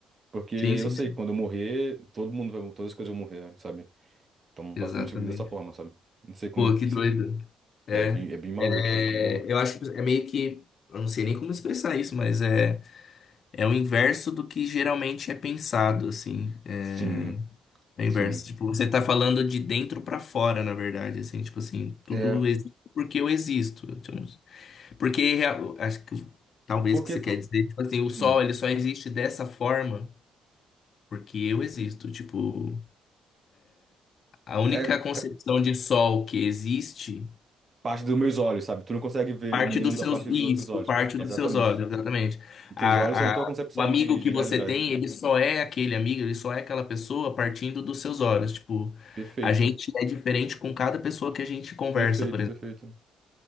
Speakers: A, on the right; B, on the left.
A: porque eu
B: Sim, sim,
A: sei
B: sim.
A: que quando eu morrer, todo mundo vai, todas as coisas vão morrer, sabe? Então,
B: exatamente.
A: basicamente, eu vivo dessa forma, sabe? Não sei como
B: Pô,
A: eu-
B: que
A: se,
B: doido. É,
A: é bem, é bem maluca,
B: é,
A: bem maluca.
B: eu acho que é meio que, eu não sei nem como expressar isso, mas é, é o inverso do que geralmente é pensado, assim. É,
A: Sim,
B: é o
A: sim.
B: inverso. Tipo, você tá falando de dentro pra fora, na verdade, assim, tipo assim, tudo
A: É,
B: existe porque eu existo. Tipo, Porque real- acho que talvez
A: porque
B: que você
A: tu.
B: quer dizer, tipo assim, o sol
A: hum,
B: ele só existe dessa forma porque eu existo, tipo. A única
A: é
B: concepção
A: ca-
B: de sol que existe
A: parte dos meus olhos, sabe? Tu não consegue ver
B: parte
A: o mundo
B: dos seus.
A: a partir
B: Isso,
A: dos outros olhos.
B: parte
A: Exatamente.
B: dos seus olhos, exatamente.
A: E
B: A,
A: teus olhos são tua
B: a-
A: concepção
B: o amigo
A: de,
B: que
A: de
B: você
A: realidade.
B: tem, ele só é aquele amigo, ele só é aquela pessoa partindo dos seus olhos. Tipo,
A: Perfeito,
B: a gente é diferente com cada pessoa que a gente conversa,
A: perfeito,
B: por exemplo.
A: perfeito.